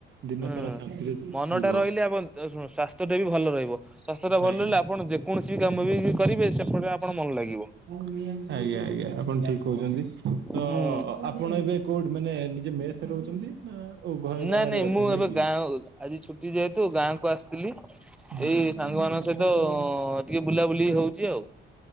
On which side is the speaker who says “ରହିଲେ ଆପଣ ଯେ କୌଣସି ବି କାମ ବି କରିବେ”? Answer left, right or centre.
Centre